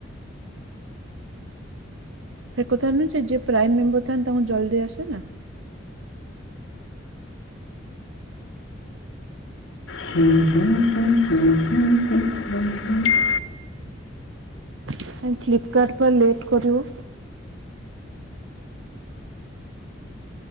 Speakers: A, on the right; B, on the left.
A: ସେ କଥା ନୁୁହେଁ ଯେ ପ୍ରାଇମ ମେମ୍ବର ଥାନ୍ତି ତାଙ୍କୁ ଜଲଦି ଆସେ ନା।
B: ହୁଁ ହୁଁ ହୁଁ ହୁଁ ହୁଁ ହୁଁ ହୁଁ ହୁଁ।
A: ସେ ଫ୍ଲିପକାର୍ଟ ପା ଲେଟ୍ କରିବ।